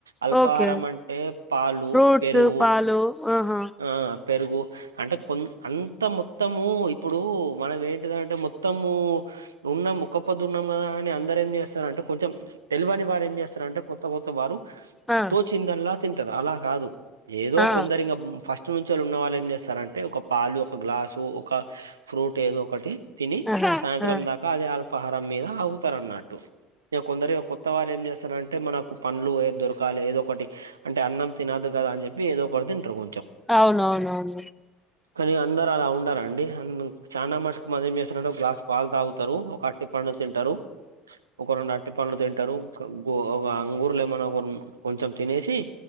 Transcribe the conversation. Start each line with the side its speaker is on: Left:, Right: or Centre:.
Right: అల్పాహారం
Centre: ఓకే
Right: అంటే పాలు
Centre: ఫ్రూట్స్
Right: పెరుగు
Centre: పాలు ఆహా
Right: ఆ పెరుగు అంటే కొ అంత మొత్తము ఇప్పుడు మనం ఏంటిదంటే మొత్తము ఉన్నాం ముక్క పొద్దు ఉన్నాం కదా అని అందర ఏం చేస్తారంటే కొంచెం తెలివని వారు ఏం చేస్తారంటే కొత్త కొత్త వారు
Centre: ఆ
Right: తోచిందల్లా అలా కాదు ఏదో
Centre: ఆ
Right: కొందరింగా ఫస్ట్ స్ట్ నుంచి వాళ్ళు ఉన్న వాళ్ళు ఏం చేస్తారంటే ఒక పాలు ఒక గ్లాసు ఒక ఫ్రూట్ ఒక ఏద ఒకటి తిని
Centre: ఆహా
Right: సాయంత్రం
Centre: ఆ
Right: దాకా అదే అల్పాహారం మీద ఆగుతారు అన్నట్టు ఇక కొందరిగా కొత్త వాళ్ళ ఏం చేస్తారంటే మనకు పండ్లు ఏ దొరకాలి ఏదో ఒకటి అంటే అన్నం తినద్దు అని చెప్పి ఏదో ఒక కూడా తింటరుగు
Centre: అవునవునవును
Right: కానీ అందరు అలా ఉండారండి చానా మటుకు మ ఏం చేస్తారంటే ఒక గ్లాస్ పాలు తాగుతారు ఒక అట్టి పండు తింటారు ఒక రెండు అ ట్టి పండ్లు తింటారు ఒక అంగూరలు ఏమన్నా కొంచెం తినేసి